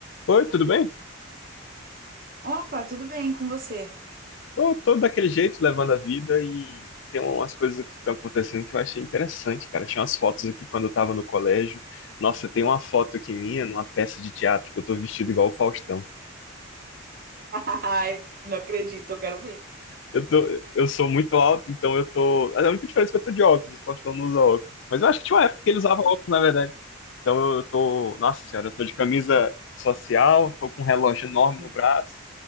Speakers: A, on the left (about 60°); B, on the right (about 45°).
A: Oi, tudo bem?
B: Opa, tudo bem com você?
A: Tô, tô daquele jeito, levando a vida e tem umas coisas aqui que estão acontecendo que eu achei interessante, cara. Achei umas fotos aqui quando eu tava no colégio. Nossa, tem uma foto aqui minha numa peça de teatro que eu tô vestido igual o Faustão.
B: <laughs> Ai, não acredito, eu quero ver.
A: Eu tô, eu sou muito alto, então eu tô. A única diferença é que eu tô de óculos, o Faustão não usa óculos. Mas eu acho que tinha uma época que ele usava óculos, na verdade. Então eu tô. Nossa senhora, eu tô de camisa social, tô com um relógio enorme
B: <laughs>
A: no braço,